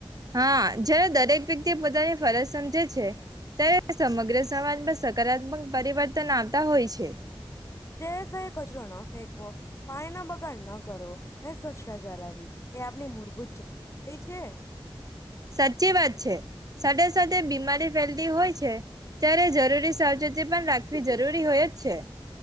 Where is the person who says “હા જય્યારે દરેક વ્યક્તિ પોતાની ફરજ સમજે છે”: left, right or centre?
Right